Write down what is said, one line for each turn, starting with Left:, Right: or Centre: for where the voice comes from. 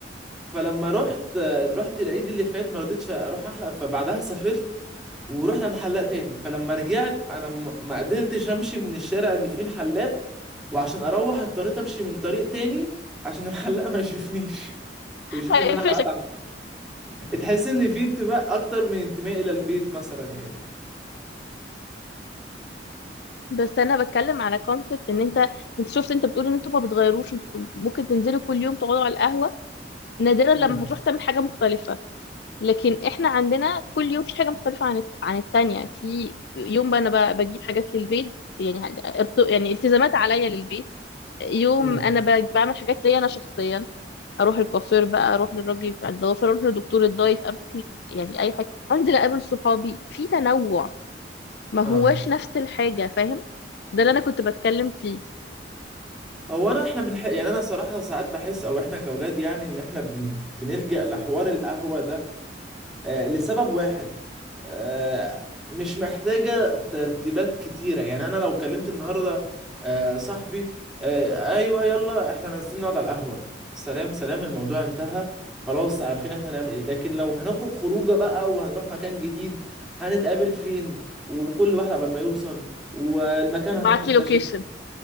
Centre: فلما رحت آه، رحت العيد اللي فات ما رضيتش اروح احلق فبعدها سافرت ورحت عند حلاق تاني فلما رجعت انا م- ما قدرتش امشي من الشارع اللي فيه الحلاق وعشان اروح اضطريت امشي من طريق تاني عشان الحلاق ما يشوفنيش ويشوف
Left: هيقفشك
Centre: ان انا حلقت تحس ان في انتماء اكتر من انتماء الى البيت مثلا يعني
Left: بس انا بتكلم على كونسبت ان انت انت شفت انت بتقول ان انتوا ما بتغيروش انتوا ممكن تنزلوا كل يوم تقعدوا على القهوه نادرا
Centre: امم
Left: لما هتروح تعمل حاجه مختلفه لكن احنا عندنا كل يوم في حاجه مختلفه عن الت- عن التانية في يوم بقى انا ب- بجيب حاجات للبيت يعني حاجة ارت- يعني التزامات عليا للبيت يوم
Centre: امم
Left: انا ب- بعمل حاجات ليا انا شخصيا اروح الكوافير بقى اروح للراجل بتاع الضوافر اروح لدكتور الدايت اروح ل- يعني اي حاجه انزل اقابل صحابي في تنوع ما هواش
Centre: اه
Left: نفس الحاجه فاهم ده اللي انا كنت بتكلم فيه
Centre: هو انا احنا بنح... يعني انا صراحة ساعات بحس او احنا كاولاد يعني ان احنا بن... بنلجأ لحوار القهوة ده آه، لسبب واحد آه، مش محتاجة ترتيبات كتيرة يعني أنا لو كلمت النهاردة آه، صاحبي آه، أيوه يلا إحنا نازلين نقعد على القهوة سلام سلام الموضوع انتهى خلاص عارفين إحنا هنعمل إيه لكن لو هنخرج خروجة بقى وهنروح مكان جديد هنتقابل فين وكل واحد عبال ما يوصل والمكان هنروح
Left: بعتلي
Centre: نكتشف
Left: لوكيشن